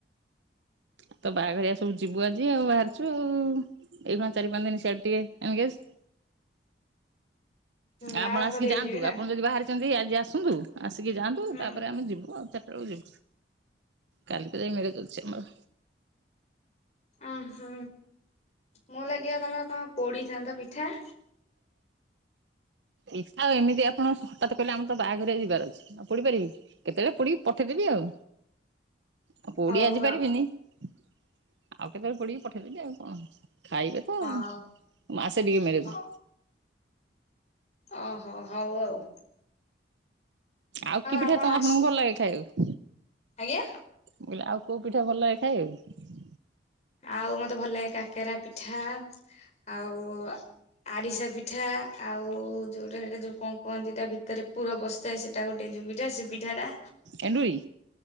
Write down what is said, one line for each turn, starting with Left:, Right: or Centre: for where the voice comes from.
Right: ଆଉ ତ ବାହାଘରଆ ସବୁ ଯିବୁ ଆଜି ଆଉ ବାହାରିଛୁ ଆଉ ଏଇଣ ଚାରି ପାଞ୍ଚ ଦିନ ସିଆଡ ଟିକେ ଏମ ଆସ ଆପଣ
Left: ବାହାଘରିଆ
Right: ଆସିକି ଯାଆନ୍ତୁ
Left: ଯିବି ନା
Right: ଆପଣ ଯଦି ବାହାରାରେ ତି ଆଜି ଆସନ୍ତୁ। ଆସିକି ଯାଆନ୍ତୁ
Left: ହୁଁ
Right: ତାପରେ ଆମେ ଯିବୁ ଆଉ ଚ ରିବ କାଲିକୁ ଯାଇ ମଛି ଆମର
Left: ଓ ହୁଁ ମଁ ଲାଗିବ ତମର କଣ ପୋଡିଥାନ୍ତା ପିଠା
Right: ଏଇଛା ଆଉ ଏମିତି ଆପଣ ହଠତ୍ କହିଲେ ଆମର ତ ବାହାଘରଆ ଯିବାର ଅଛି ଆଉ ପଡିପାରିବି କେତେବେଳେ ପଡି ପଠେଇଦେବି ଆଉ। ଆଉ ପୋଡି
Left: ହଉ
Right: ଆଜି ପାରିବିନି
Left: ଆଉ
Right: ଆଉ କେତେବେଳେ ପଡିକି ପଠେଇଦେବି ଆଉ କଣ? ଖାଇବେ ତ
Left: ହଉ
Right: ମାସେ ଟିକେ ମେଳଦ
Left: ହଉ ଓହୋ ହଉ ଆଉ।
Right: ଆଉ କି ପିଠା
Left: ଆପଣ
Right: ତମେ
Left: ଆସ
Right: ଆପଣଙ୍କୁ ଭଲ ଲାଗେ ଖାଇବ।
Left: ଆଜ୍ଞା।
Right: ମୁଁ କହିଲି ଆଉ କେଉଁ ପିଠା ଭଲ ଲେ ଖାଇ ଆଉ।
Left: ଆଉ ମତେ ଭଲ ଲାଗେ କାକେରା ପିଠା ଆଉ ଆରିଶା ପିଠା ଆଉ ଯୋଉଟା ସେଟା ଯୋଉ କଣ କୁହନ୍ତି ତା ଭିତରେ ପୁର ବସ୍ଥାଏ ସେଟା ଗୋଟେ ଯୋଉ ପିଠା ସେ ପିଠା ଟା
Right: ଏଣ୍ଡୁରି।